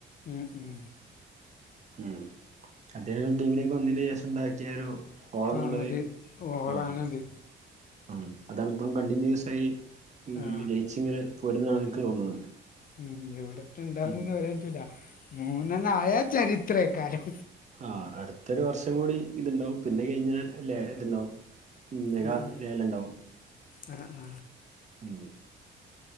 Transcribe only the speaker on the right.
ഉ അദ്ദേഹം ടീമിലേക്ക് ഒന്നിന് ശേഷം ഉണ്ടാക് പറ്റിയരു ഓളന്നുള്ളത്
ആഹ ഉ അതാണിപ്പോഴും കണ്ടിന്യൂസ ആയി
ജയി- കൊച്ചിങ്ങെ പോരുന്നാണ് എനിക്ക് തോന്നുന്നത്
ഉം
ആഹ അടുത്തൊരു വർഷം കൂടി ഇത്ണ്ടാവും പിന്നെ കഴിഞ്ഞാൽ ല ഇതുണ്ടാവും മെഗാ
ലേലം ഉണ്ടാവും
ഉം